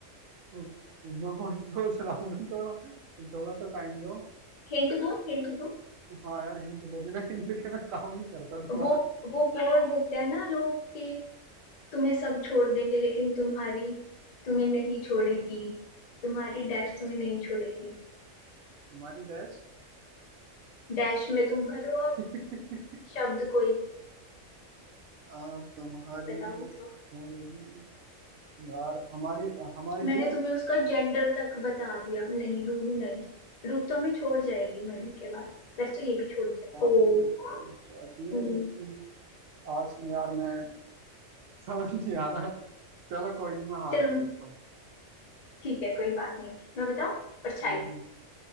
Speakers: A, on the right; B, on the left.
A: तो, तो मैं वही सोच रहा हूँ ना थोड़ा थोड़ा तो टाइम दो
B: हिंट दूं हिंट दूं
A: हाँ यार हिंट दो बिना हिंट के ना काम नहीं करता दिमाग
B: वो वो बोल देते हैं ना लोग कि तुम्हें सब छोड़ देंगे लेकिन तुम्हारी तुम्हें नहीं छोड़ेगी तुम्हारी डैश तुम्हें नहीं छोड़ेगी
A: तुम्हारी डैश
B: डैश में तुम भरो अब
A: <laughs>
B: शब्द कोई
A: आ, तुम्हारी
B: बताओ बताओ
A: छोड़ोगी यार हमारी हमारी
B: मैंने
A: रूह
B: तुम्हें उसका जेंडर तक बता दिया नहीं रूह नहीं रूह तो हमें छोड़ जाएगी मरने के बाद वैसे तो ये भी छोड़ जाए
A: पानी
B: ओ
A: में डूब जाती है
B: हम्म,
A: लेकिन आज यार मैं समझ नहीं आ रहा चलो कोई नहीं मैं हार
B: चलो
A: गया इसको
B: ठीक है कोई बात नहीं मैं बताऊं परछाई
A: हम्म,